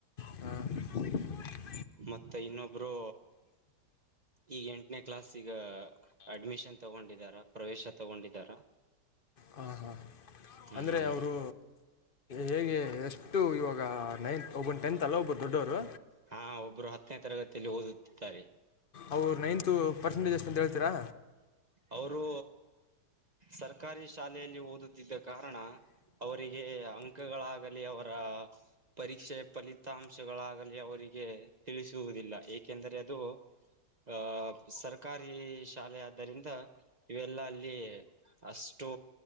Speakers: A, on the left; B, on the right.
A: ಹ
B: ಮತ್ತೆ ಇನ್ನೊಬ್ರು ಈಗ ಎಂಟನೇ ಕ್ಲಾಸಿಗ ಈಗ ಅಡ್ಮಿಷನ್ ತಗೊಂಡಿದಾರ ಪ್ರವೇಶ ತಗೊಂಡಿದಾರ
A: ಹಾಂ ಹಾಂ
B: ಹ್ಮ್
A: ಅಂದರೆ ಅವರು. ಹೇಗೆ ಎಷ್ಟು ಇವಾಗ ನೈನ್ತ್ ಒಬ್ಬೊನು ಟೆಂತ್ ಅಲ್ಲ ಒಬ್ಬರು ದೊಡ್ಡವರು.
B: ಹಾ ಒಬ್ಬರು ಹತ್ತನೇ ತರಗತಿಯಲ್ಲಿ ಓದುತ್ತಿದ್ದಾರೆ.
A: ಅವರ ನೈನ್ತೂ ಪರ್ಸೆಂಟೇಜ್ ಅಷ್ಟು ಅಂತ ಹೇಳ್ತೀರಾ.
B: ಅವರು..... ಸರ್ಕಾರಿ ಶಾ. ಲೆಯಲ್ಲಿ ಓದುತ್ತಿದ್ದ ಕಾರಣ ಅವರಿಗೆ ಅಂಕಗಳಾಗಲಿ ಅವರ....... ಪರೀಕ್ಷೆಯ ಫಲಿತಾಂಶಗಳಾಗಲಿ ಅವರಿಗೆ ತಿಳಿಸುವುದಿಲ್ಲ ಏಕೆಂದರೆ ಅದು, ಆ... ಸರ್ಕಾರಿ ಶಾಲೆ ಆದ್ದರಿಂದ ಇವೆಲ್ಲ ಅಲ್ಲಿ. ಅಷ್ಟು